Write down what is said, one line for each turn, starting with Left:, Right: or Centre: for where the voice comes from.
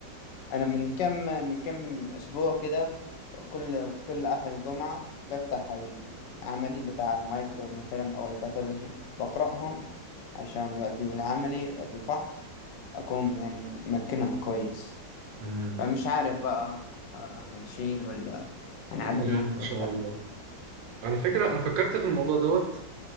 Left: أنا من كم من كم أسبوع كده كل كل آخر الجمعة بفتح العملي بتاع المايكرو مثلا أو الباثولوجي بقرأهم عشان وقت العملي وقت الفحص أكون يعني مكنهم كويس
Right: مم.
Left: فمش عارف بقى آه، هنشيل ولا هنعدي
Right: لا يا عم ان
Left: ولا
Right: شاء الله على فكرة أنا فكرت في الموضوع دوت